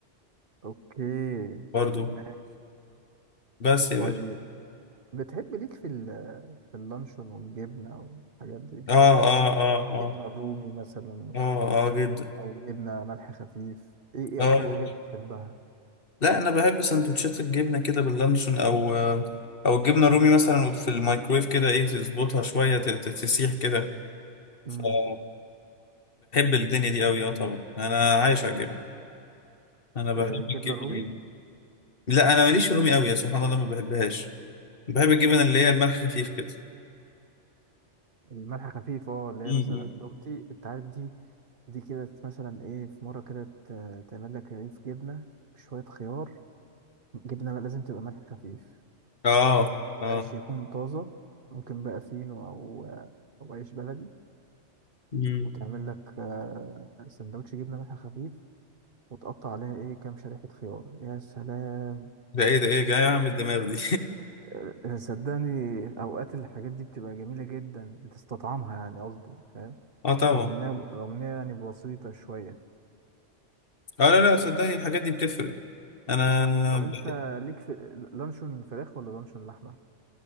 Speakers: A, on the right; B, on the left.
A: اوكي
B: برضو
A: ماشي
B: بس يا
A: طيب
B: باشا
A: بتحب ليك في ال- في اللانشون والجبنة والحاجات دي
B: اه اه اه اه
A: جبنة رومي مثلا
B: اه اه جدا
A: أو جبنة ملح خفيف إيه إيه
B: اه
A: أكتر
B: يا باشا
A: حاجة بتحبها؟
B: لا انا بحب سندوتشات الجبنه كده باللانشون او آه، او الجبنه الرومي مثلا في الميكرويف كده ايه تظبطها شويه ت- ت- تسيح كده
A: امم
B: فبحب الدنيا دي قوي اه طبعا انا عايش على الجبنه انا بحب
A: آه، الجبنة
B: الجبنه
A: الرومي
B: جدا لا انا ماليش في الرومي قوي يا سبحان الله ما بحبهاش بحب الجبن اللي هي الملح خفيف كده
A: الملح خفيف اه اللي
B: م-
A: هي مثلا دومتي أنت عارف دي دي كده مثلا إيه في مرة كده ت- تعمل لك رغيف جبنة بشوية خيار جبنة بقى لازم تبقى ملح خفيف
B: اه اه
A: العيش يكون طازة ممكن بقى فينو أو آه، أو عيش بلدي
B: م- م.
A: وتعمل لك آه، سندوتش جبنة ملح خفيف وتقطع عليها إيه كام شريحة خيار يا سلام
B: ده ايه ده ايه جاي اعمل الدماغ دي
A: آه، آه، صدقني اوقات الحاجات دي بتبقى جميله جدا بتستطعمها يعني قصدي فاهم
B: <laughs> اه طبعا
A: رغم انها رغم انها يعني بسيطه شويه
B: اه لا لا صدقني الحاجات دي بتفرق انا
A: طب
B: ب...
A: انت ليك في لانشون فراخ ولا لانشون لحمه